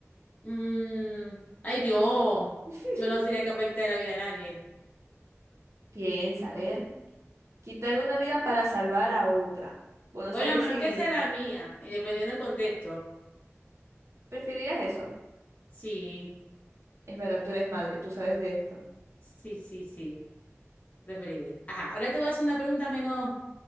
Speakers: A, on the left (about 30°); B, on the right (about 70°).
A: Mm, ay Dios,
B: <laughs>
A: yo no sería capaz de quitarle la vida a nadie.
B: Piensa, a ver, quitar una vida para salvar a otra. Bueno,
A: Bueno,
B: ¿sabes
A: a menos
B: si
A: que sea la mía, y dependiendo del contexto.
B: preferirías eso?
A: Sí,
B: Es verdad, tú eres madre, tú sabes de esto.
A: sí, sí, sí, preferible. Ajá, ahora te voy a hacer una pregunta menos,